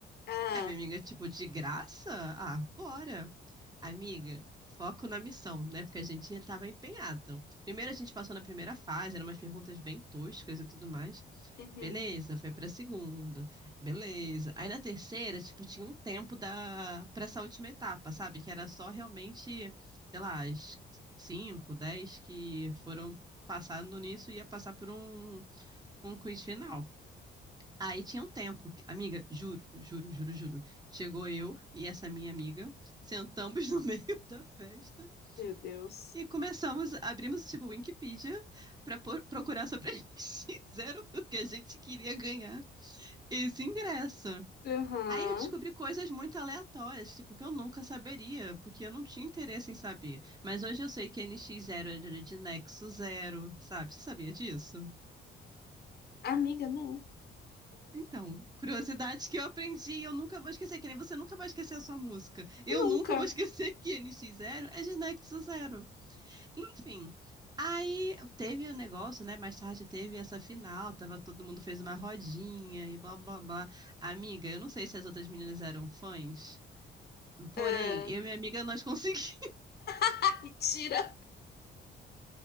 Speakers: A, on the left (about 55°); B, on the right (about 20°).
A: ah,
B: Aí minha amiga, tipo, de graça? Ah, bora. Amiga, foco na missão, né? Porque a gente tava empenhado. Primeiro a gente passou na primeira fase, eram umas perguntas bem toscas e tudo mais.
A: uhum.
B: Beleza, foi pra segunda. Beleza. Aí na terceira, tipo, tinha um tempo da para essa última etapa, sabe? Que era só realmente, sei lá, as cinco, dez que foram passando nisso ia passar por um, um quiz final. Aí tinha um tempo. que- Amiga, juro, juro, juro, juro. Chegou eu e essa minha amiga, sentamos no <laughs> meio da festa
A: Meu Deus.
B: e começamos, abrimos tipo Wikipedia para procurar sobre a NX Zero, <laughs> porque a gente queria ganhar. Esse ingresso.
A: Aham.
B: Aí eu descobri coisas muito aleatórias, tipo, que eu nunca saberia, porque eu não tinha interesse em saber. Mas hoje eu sei que nx Zero era de Nexo Zero, sabe? Você sabia disso?
A: Amiga, não.
B: Então, curiosidades que eu aprendi e eu nunca vou esquecer, que nem você nunca vai esquecer a sua música. Eu
A: Nunca.
B: nunca vou esquecer que nx Zero é de Nexo Zero. Enfim. Aí teve o negócio, né? Mais tarde teve essa final, tava todo mundo fez uma rodinha e blá blá blá. Amiga, eu não sei se as outras meninas eram fãs, Porém,
A: É.
B: eu e minha amiga, nós conseguimos.
A: <laughs> Mentira.